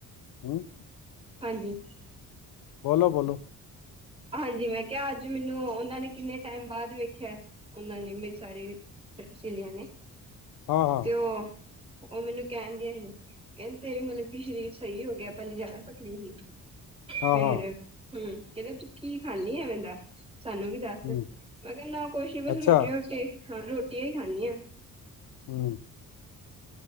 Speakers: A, on the left; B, on the right.
A: ਹਮ
B: ਹਾਂਜੀ।
A: ਬੋਲੋ-ਬੋਲੋ,
B: ਹਾਂਜੀ ਮੈਂ ਕਿਹਾ ਅੱਜ ਮੈਨੂੰ ਉਹਨਾਂ ਨੇ ਕਿੰਨੇ ਟੈਮ ਬਾਅਦ ਵੇਖਿਆ ਉਹਨਾਂ ਨੇ ਮੇਰੀ ਸਾਰੀ ਸ਼ਲੀਆਂ ਨੇ,
A: ਹਾਂ ਹਾਂ
B: ਤੇ ਉਹ ਉਹ ਮੈਨੂੰ ਕਹਿਣ ਦਿਆਂ ਸੀ, ਕਹਿੰਦੇ ਤੇਰੇ ਮਤਲਬ ਕਿ ਸਰੀਰ ਸਹੀ ਹੋ ਗਿਆ ਪਹਿਲੇ ਜ਼ਿਆਦਾ ਪਤਲੀ ਸੀ।
A: ਹਾਂ
B: ਫੇਰ
A: ਹਾਂ
B: ਹੂੰ ਕਹਿੰਦੇ ਕੀ ਖਾਨੀ ਐ ਐਵੇ ਦਾ ਸਾਨੂੰ ਵੀ। ਦੱਸ
A: ਹਮ
B: ਮੈਂ ਕਿਹਾ ਨਾ ਕੁਛ ਨੀ ਬਸ
A: ਅੱਛਾ
B: ਰੋਟੀਆਂ ਰੋਟੀ ਹਾਂ ਰੋਟੀਆਂ ਹੀ ਖਾਨੀ ਆ।
A: ਹੂੰ,